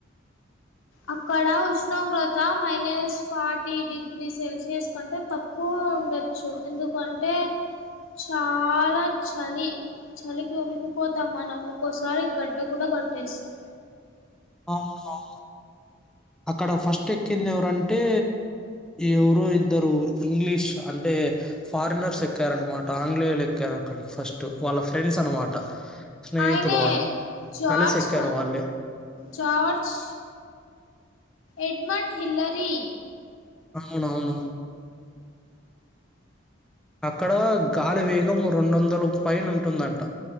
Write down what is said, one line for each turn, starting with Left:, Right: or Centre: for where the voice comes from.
Left: అక్కడ ఉష్ణోగ్రత మైనస్ ఫార్టీ డిగ్రీ సెల్సియస్ కంటే త క్కువ ఉండొచ్చు ఎందుకంటే చాలా చలి చలికి వణికిపోతాం మనం ఒక్కోసారి గడ్డ కూడా కట్టేస్తాం
Centre: అవును అవును అక్కడ ఫస్ట్ ఎక్కింది ఎవరంటే ఎవరు ఇద్దరు ఇంగ్లీష్ అంటే ఫారినర్స్ ఎక్కారన్నమాట ఆంగ్లేయులు ఎక్కారు అక్కడికి ఫస్ట్ వాళ్ళ ఫ్రెండ్స్ అనమాట స్నేహితులు
Left: ఆయనే
Centre: వాళ్ళు
Left: జార్జ్
Centre: కలిసి ఎక్కారు
Left: కా
Centre: వాళ్ళే
Left: జార్జ్ ఎడ్మడ్ హిల్లరి
Centre: అవునవును అక్కడ గాలి వేగం రెండు వందలకు పైన ఉంటుందంట